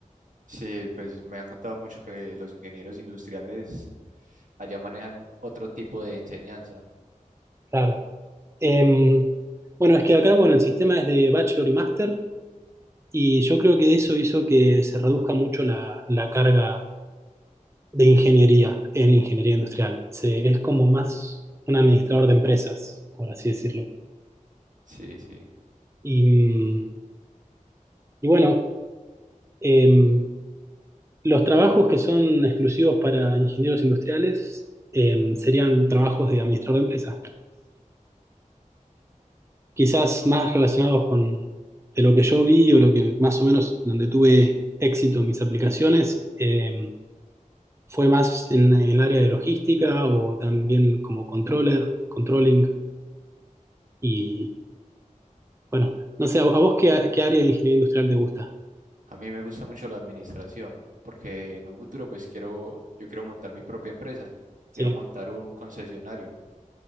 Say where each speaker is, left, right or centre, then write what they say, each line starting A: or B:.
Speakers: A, on the right (about 70°); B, on the right (about 20°).
A: Sí, pues me han contado mucho que los ingenieros industriales allá manejan otro tipo de enseñanza.
B: Claro. Em, bueno, es que acá, bueno, el sistema es de bachelor y máster, y yo creo que eso hizo que se reduzca mucho la, la carga de ingeniería en ingeniería industrial. Se, es como más un administrador de empresas, por así decirlo.
A: Sí, sí.
B: Y, mm, y bueno, em, los trabajos que son exclusivos para ingenieros industriales em, serían trabajos de administrador de empresas. quizás más relacionados con de lo que yo vi o lo que más o menos donde tuve éxito en mis aplicaciones, eh, fue más en, en el área de logística o también como controller, controlling y bueno, no sé, ¿a, a vos qué, qué área de ingeniería industrial te gusta?
A: A mí me gusta mucho la administración, porque en un futuro pues quiero, yo quiero montar mi propia empresa, quiero
B: Sí.
A: montar un concesionario